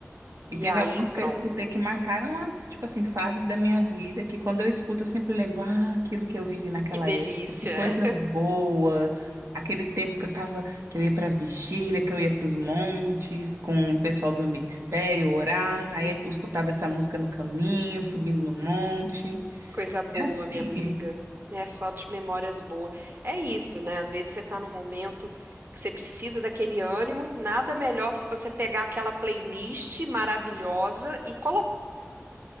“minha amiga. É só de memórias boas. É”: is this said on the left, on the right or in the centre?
Right